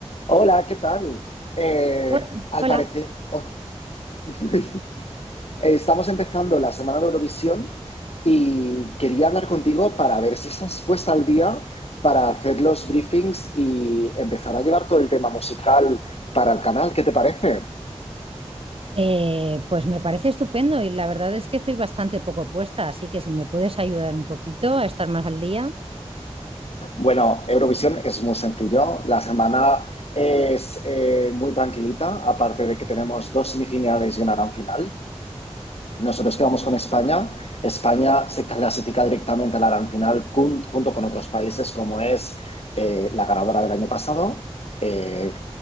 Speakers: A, on the left; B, on the right.
A: Hola, ¿qué tal? Eh,
B: Hola.
A: al
B: Hola.
A: parecer, hoy <laughs> estamos empezando la semana de Eurovisión y quería hablar contigo para ver si estás puesta al día para hacer los briefings y empezar a llevar todo el tema musical para el canal. ¿Qué te parece?
B: Eh, pues me parece estupendo y la verdad es que estoy bastante poco puesta, así que si me puedes ayudar un poquito a estar más al día.
A: Bueno, Eurovisión es muy sencillo. La semana es eh, muy tranquilita, aparte de que tenemos dos semifinales y una gran final. Nosotros quedamos con España. España se clasifica directamente a la gran final cun- junto con otros países como es eh, la ganadora del año pasado, eh,